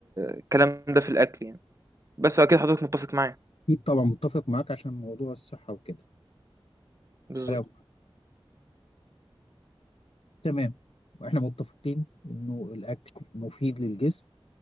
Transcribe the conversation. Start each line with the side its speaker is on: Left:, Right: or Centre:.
Right: الكلام ده في الأكل يعني بس أكيد حضرتك متفق معايا
Left: اكيد طبعا متفق معاك عشان موضوع الصحه وكده
Right: بالظبط
Left: سلام تمام واحنا متفقين انه الاكل مفيد للجسم